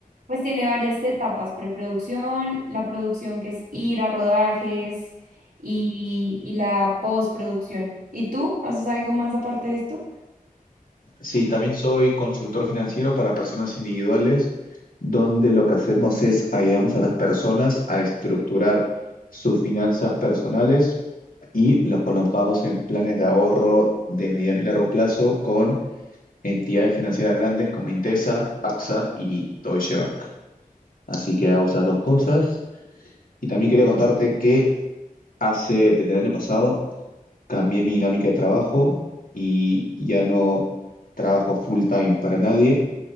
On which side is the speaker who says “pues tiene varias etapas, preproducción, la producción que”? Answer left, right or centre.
Right